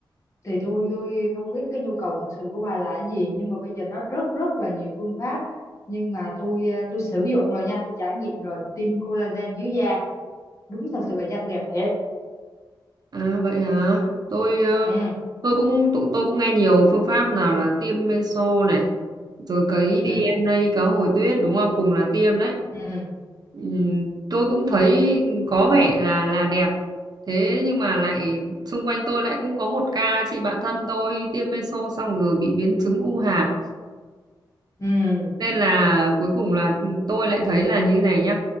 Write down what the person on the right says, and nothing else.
à vậy hả tôi ờ,
tôi cũng tôi, tôi cũng nghe nhiều phương pháp nào là tiêm meso này rồi cấy DNA
cá hồi tuyết đúng không cùng là tiêm đấy
Ừm, tôi cũng thấy có vẻ là là đẹp thế nhưng mà lại xung quanh tôi lại cũng có một ca chị bạn thân tôi tiêm meso xong rồi bị biến chứng u hạt
nên là cuối cùng là ừ, tôi lại thấy là như này nhá